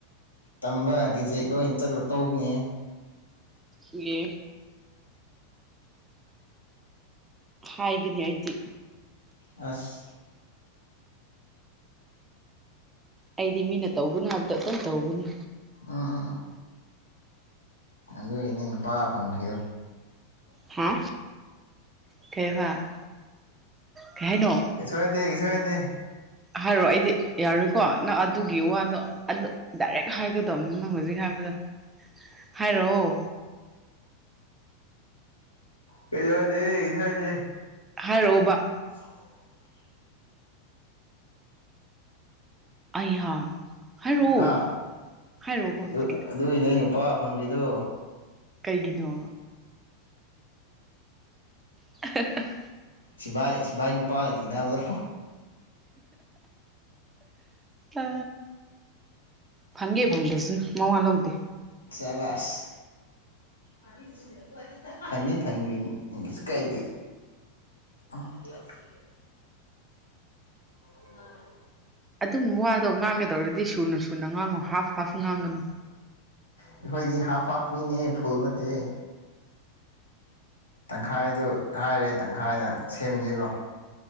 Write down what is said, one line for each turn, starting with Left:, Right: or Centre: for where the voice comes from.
Left: ꯇꯝꯕ ꯔꯤꯖꯦꯛ ꯂꯣꯏꯅ ꯆꯠꯂ ꯇꯣꯛꯅꯤ
Right: ꯌꯦ ꯍꯥꯏꯒꯅꯤ ꯑꯩꯗꯤ
Left: ꯑꯁ
Right: ꯑꯩꯗꯤ ꯃꯤꯅ ꯇꯧꯒꯅꯨ ꯍꯥꯏꯕꯗꯣ ꯑꯗꯨꯝ ꯇꯧꯕꯅꯤ
Left: ꯎꯝ ꯎꯝ ꯎꯝ ꯑꯗꯨꯏꯅꯦ ꯅꯨꯄꯥ ꯐꯪꯗ꯭ꯔꯤꯗꯣ
Right: ꯍꯥ ꯀꯩꯍꯥꯕ ꯀꯩꯍꯥꯏꯅꯣ
Left: ꯀꯩꯁꯨ ꯍꯥꯏꯗꯦ ꯀꯩꯁꯨ ꯍꯥꯏꯗꯦ
Right: ꯍꯥꯏꯔꯣ ꯑꯩꯗꯤ ꯌꯥꯔꯣꯏꯀꯣ ꯅꯪ ꯑꯗꯨꯒꯤ ꯋꯥꯗꯣ ꯑꯗꯨ ꯗꯥꯏꯔꯦꯛ ꯍꯥꯏꯒꯗꯧꯅꯤ ꯅꯪ ꯍꯧꯖꯤꯛ ꯍꯥꯏꯕꯗ ꯍꯥꯏꯔꯛꯑꯣ
Left: ꯀꯩ ꯍꯥꯏꯗꯦ <unintelligible> ꯍꯥꯏꯗꯦ
Right: ꯍꯥꯏꯔꯛꯑꯣꯕ
Left: <unintelligible>
Right: ꯑꯩꯍꯥ ꯍꯥꯏꯔꯛꯑꯣ
Left: ꯍꯥꯥ
Right: ꯍꯥꯏꯔꯛꯑꯣꯕ ꯍꯧꯖꯤꯛꯀꯤꯗꯣ
Left: ꯑꯗꯨ ꯑꯗꯨꯏꯅꯦ ꯑꯩ ꯅꯨꯄꯥ ꯐꯪꯗ꯭ꯔꯤꯗꯣ
Right: ꯀꯩꯒꯤꯅꯣ <unintelligible>
Left: ꯁꯤꯚꯏ ꯁꯤꯚꯏ ꯅꯨꯄꯥꯒ ꯊꯦꯡꯅꯗꯣ
Right: ꯑ ꯐꯪꯒꯦ ꯐꯪꯗꯁꯥꯅꯨ ꯃꯋꯥ ꯂꯧꯗꯦ
Left: ꯁꯥꯕꯁ <unintelligible> ꯐꯪꯗꯤ ꯐꯪꯅꯤꯡ ꯀꯩꯁꯨ ꯀꯥꯏꯗꯦ ꯑꯥ <unintelligible> <unintelligible>
Right: ꯑꯗꯨꯝꯕ ꯋꯥꯗꯣ ꯉꯥꯡꯒꯗꯧꯔꯗꯤ ꯁꯨꯅ ꯁꯨꯅ ꯉꯥꯡꯉꯨ ꯍꯥꯐ ꯍꯥꯐ ꯉꯥꯡꯒꯅꯨ
Left: ꯑꯩꯈꯣꯏꯗꯤ ꯍꯥꯞ ꯍꯥꯞ ꯃꯤꯅꯦ ꯐꯨꯜ ꯅꯠꯇꯦ ꯇꯪꯈꯥꯏꯗꯨ ꯍꯥꯏꯔꯦ ꯇꯪꯈꯥꯏꯅ ꯁꯦꯝꯖꯤꯜꯂꯣ